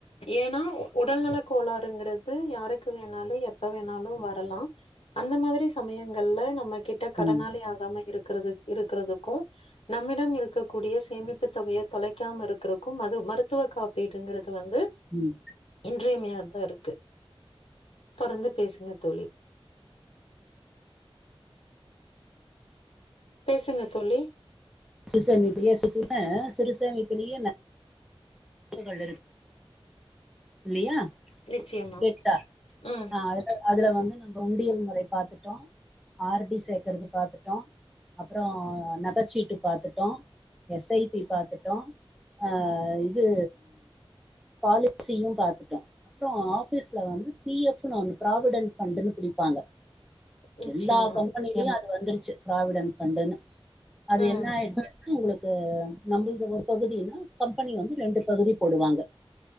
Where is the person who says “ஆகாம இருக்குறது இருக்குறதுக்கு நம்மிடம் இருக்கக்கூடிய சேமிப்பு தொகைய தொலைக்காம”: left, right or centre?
Left